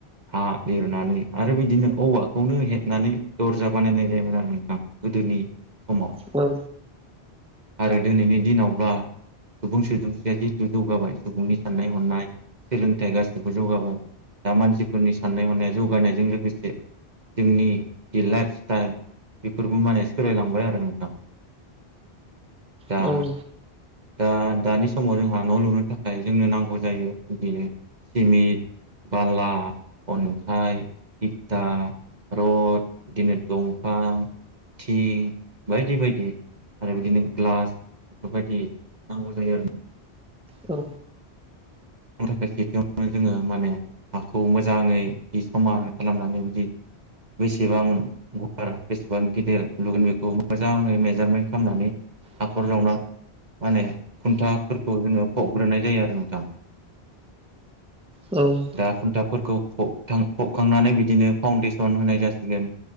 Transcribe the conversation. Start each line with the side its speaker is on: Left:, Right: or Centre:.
Right: हा लिरनानै आरो बिदिनो औवाखौनो हेबनानै दर्जा बानायनाय जायोमोन आरो नोंथां। गोदोनि समाव
Centre: औ।
Right: आरो दिनैनि दिनावब्ला सुबुं सोदोमस्रिया जिहेथु जौगाबाय सुबुंनि साननाय हनाय सोलोंथाइ गासिबो जौगाबाय। दा मानसिफोरनि साननाय हनाया जौगानायजों लोगोसे जोंनि जि लाइफ स्टाइल बेफोरबो माने सोलायलांबाय आरो नोंथां। दा
Centre: औ
Right: दा दानि समाव जोंहा न' लुनो थाखाय जोंनो नांगौ जायो बिदिनो सिमिन्ट बाला, अन्थाइ, इटा रड बिदिनो दंफां, थिं बायदि बाय आरो बिदिनो ग्लास बेफोरबायदि नांगौ जायो आरो
Centre: औ।
Right: थाखाय सेथियावनो जोङो माने हाखौ मोजाङै बि समान खालामनानै बिदि बेसेबां गुवार बेसेबां गिदिर लुगोन बेखौ मोजाङै मेजारमेन्ट खालामनानै हाखर जावनाय माने खुन्थाफोरखौ जोङो फबग्रोनाय जायो आरो नोंथां।
Centre: औ
Right: दा
Centre: औ
Right: खुन्थाफोरखौ फबखां फबखांनानै बिदिनो फाउन्डेसन होनाय जासिगोन।